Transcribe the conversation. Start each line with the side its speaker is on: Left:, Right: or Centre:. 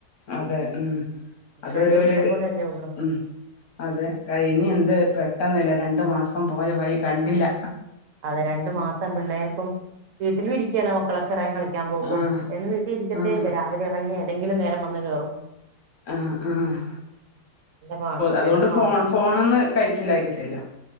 Left: അതെ ഉം
Right: ഇപ്പ
Left: അതരുരു.
Right: രണ്ടു ദിവസം ഉള്ളൂ.
Left: ഉം അതെ കഴിഞ്ഞു, പെട്ടെന്നല്ലേ രണ്ടു മാസം പോയ വൈ കണ്ടില്ല.
Right: അതെ രണ്ടു മാസം പിള്ളേർക്കും വീട്ടിലും ഇരിക്കല്ല മക്കളൊക്കെ ഇറിങ്ങി കളിക്കും. ക്ക്യൻ പോക്കും
Left: ആഹ്
Right: എന്നും വീട്ടിൽ ഇരിക്കത്തേ
Left: ആഹ്
Right: ഇല്ല. രാവിലെ ഇറങ്ങി ഏതെങ്കിലും നേരം വന്ന് കേയറും.
Left: ആഹ് ആഹ്.
Right: പാട്
Left: അതുകൊണ്ട്
Right: രണ്ടു മാസം
Left: ഫോൺ ഫോണന്ന് കഴിച്ചില്ലായികി ട്ടില്ലോ